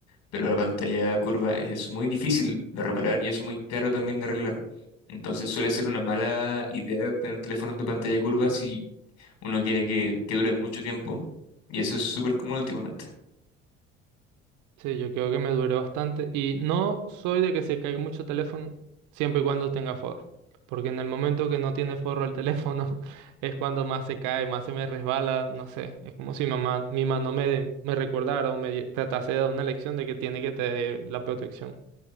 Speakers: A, on the left; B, on the right.
A: pero la pantalla curva es muy difícil de reparar y es muy caro también de arreglar. Entonces suele ser una mala idea tener teléfonos de pantalla curva si uno quiere que, que duren mucho tiempo. Y eso es súper común últimamente.
B: Sí, yo creo que me duró bastante. Y no soy de que se caiga mucho teléfono siempre y cuando tenga forro. Porque en el momento que no tiene forro el teléfono, <laughs> es cuando más se cae, más se me resbala, no sé. Es como si mamá, mi mano me, de- me recordara o me di- tratase de dar una lección de que tiene que tener la protección.